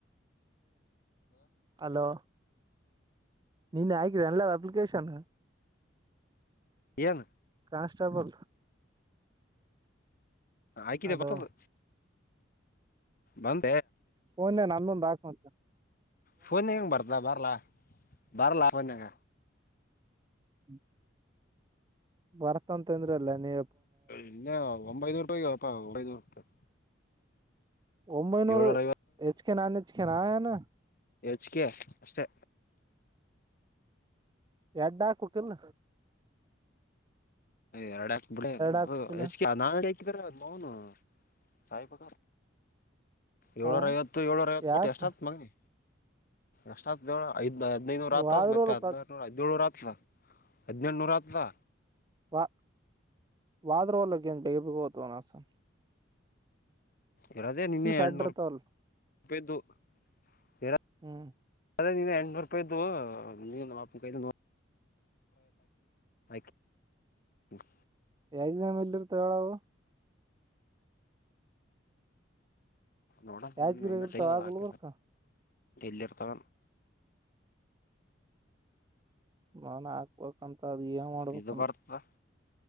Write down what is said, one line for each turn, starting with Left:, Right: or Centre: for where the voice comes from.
Right: ಅಲೋ ನೀನ್ ಹಯಕ್ರಿ ಅಲ್ಲ ಅಪ್ಲಿಕೇಶನ್
Left: ಏನು
Right: ಕಾನ್ಸ್ಟಾಬಲ್
Left: ಹಾಕಿದ
Right: ಅಲೋ
Left: ಮತ್ತೊಂದು ಬಂ
Right: ಫೋನ್ನ್ಯಾಗ ನಂದೊಂದ ಹಾಕ್ ಮತ್
Left: ಫೋನ್ಯಾಗ ಹೆಂಗ ಬರ್ತದ ಬರಲಾ ಬರಲಾ ಫೋನ್ಯಾ ಗ
Right: <unintelligible> ಬರ್ತಂತಂದ್ರ ಅಲ್ಲ ನೀವು
Left: ಇನ್ನ ಒಂಬೈನೂರು ರೂಪಾಯಿಗಪಾ ಒಂಬೈನೂರು ರೂಪಾಯಿ
Right: ಒಂಬೈನೂರು
Left: ಏಳ್ನೂರ
Right: ಹೆಚ್ ಕೆ ನಾನ್ ಹೆಚ್ ಕೆ ನಾ ಎನ್
Left: ಎಚ್ ಕೇ ಅಷ್ಟೆ
Right: ಎಡ್ಡಾ ಹಾಕಬೇಕೀಲ್
Left: ಎರಡು ಹಾಕ್ ಬಿಡ
Right: ಹಾಕ್ಬೇಕಿಲ್ಲ
Left: ಹೆಚ್ ನಾ ಹಾಕಿದ್ರೆ ಮೌನು <unintelligible> ಏಳನೂರಾ
Right: ಹ
Left: ಐವತ್ತು ಏಳೂರ ಐವತ್ತು
Right: ಯಾಕ
Left: ಕೋಟಿ ಅಷ್ಟತ್ ಮಗನಿ ಎಷ್ಟತ್ ಐದ್ ಹದ್ನೈದುನೂರು ಆತ್ತ್
Right: ವಾದ್ರರು
Left: ಮತ್ತೆ ಹದ್ನಾರು ನೂರ ಹದಿನೇಳನೂರು ಆತಲಾ ಹದಿನೆಳನೂರ ಆತಲಾ
Right: ವ ವಾದ್ರೋಲಕ್ಕೆಂತ ಬಗಬೇಕಗೋತನಸಂ
Left: ಇರೋದೇ ನಿನ್ನೆ ಎರಡ
Right: ಎಡ್
Left: ನೂರು
Right: ಇರ್ತಾವಲ್
Left: ಒಪ್ಪೇದು ಎರ್
Right: ಹ್ಮ್
Left: ಅದೇ ನೀನ್ನ ಎಂಟನೂರಪಾಯ್ದು ನೀವು ನಮ್ಮ ಅಪ್ಪ <unintelligible> <unintelligible>
Right: ಎಕ್ಸಾಮ್ ಎಲ್ಲಿ ಇರ್ತಾವ ಹೇಳವು
Left: ನೋಡಟ್ಟ
Right: ಯಾದಗಿರಿಯಾಗ ಇರ್ತಾವ
Left: ಹಾಕ
Right: ಗುಲ್ಬರ್ಕ
Left: <unintelligible> ಎಲ್ಲಿರ್ತವ
Right: ಮನ ಹಾಕ್ಬೇಕಂತ ಅದ ಏನ್ ಮಾಡ್ಬೇಕಂತ
Left: ಇದು ಬರ್ತದ